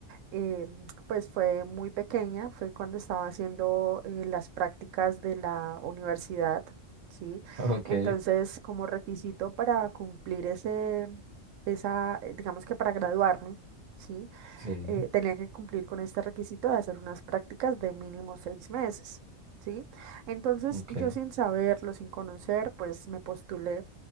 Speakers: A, on the right; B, on the right.
A: eh, pues fue muy pequeña, fue cuando estaba haciendo eh, las prácticas de la universidad, ¿sí?
B: Ok,
A: Entonces, como requisito para cumplir ese, esa, eh, digamos que para graduarme, ¿sí?
B: sí,
A: eh, tenía que cumplir con este requisito de hacer unas prácticas de mínimo seis meses, ¿sí? Entonces,
B: ok,
A: yo sin saberlo, sin conocer, pues me postulé